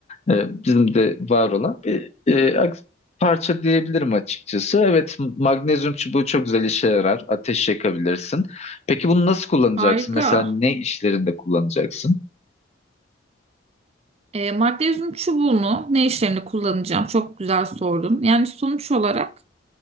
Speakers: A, on the left; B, on the right.
A: Ee, bizim de var olan bir e, ak- parça diyebilirim açıkçası. Evet, magnezyum çubuğu çok güzel işe yarar. Ateş yakabilirsin. Peki bunu nasıl kullanacaksın?
B: Harika.
A: Mesela ne işlerinde kullanacaksın?
B: E, magnezyum çubuğunu ne işlerinde kullanacağım? Çok güzel sordun. Yani sonuç olarak